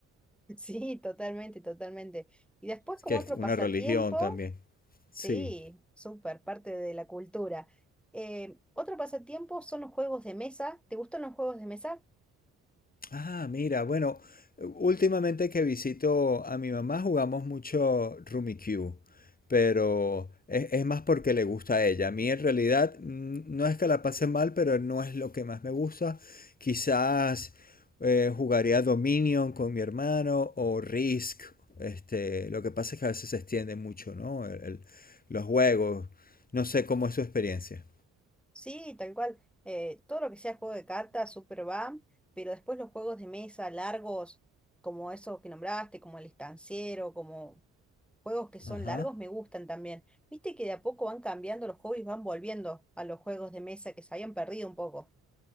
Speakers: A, in the centre; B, on the left.
A: <laughs> Sí, totalmente, totalmente. Y después
B: Es
A: como
B: que es
A: otro
B: una
A: pasatiempo,
B: religión también. Sí.
A: sí, súper, parte de la cultura. Eh, otro pasatiempo son los juegos de mesa. ¿Te gustan los juegos de mesa?
B: Ah, mira, bueno, últimamente que visito a mi mamá jugamos mucho Rummikub, pero es, es más porque le gusta a ella. A mí en realidad mm, no es que la pase mal, pero no es lo que más me gusta. Quizás eh, jugaría Dominion con mi hermano o Risk. Este, lo que pasa es que a veces se extiende mucho, ¿no? El- el- los juegos. No sé cómo es su experiencia.
A: Sí, tal cual. Eh, todo lo que sea juego de cartas, super va, pero después los juegos de mesa largos, como esos que nombraste, como el estanciero, como juegos que son
B: Ajá.
A: largos, me gustan también. Viste que de a poco van cambiando los hobbies, van volviendo a los juegos de mesa que se habían perdido un poco.